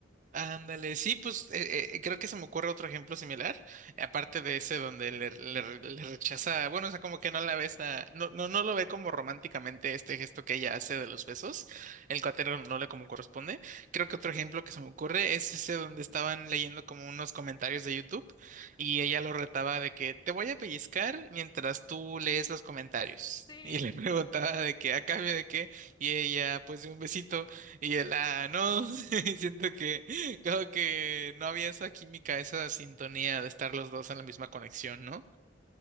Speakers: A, on the right; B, on the left.
A: Ándale, sí, pues eh, eh, creo que se me ocurre otro ejemplo similar, eh, aparte de ese donde le, le- re- le rechaza, bueno, o sea, como que no la besa, no, no, no lo ve como románticamente este gesto que ella hace de los besos, el cuatero no no le como corresponde. Creo que otro ejemplo que se me ocurre es ese donde estaban leyendo como unos comentarios de YouTube y ella lo retaba de que te voy a pellizcar mientras tú lees los comentarios.
B: Sí,
A: Y le <laughs> preguntaba
B: <laughs> ya.
A: de qué, a cambio de qué, y ella, pues de un besito, y él, ah, no, <laughs> siento que <laughs> Creo que no había esa química, esa sintonía de estar los dos en la misma conexión, ¿no?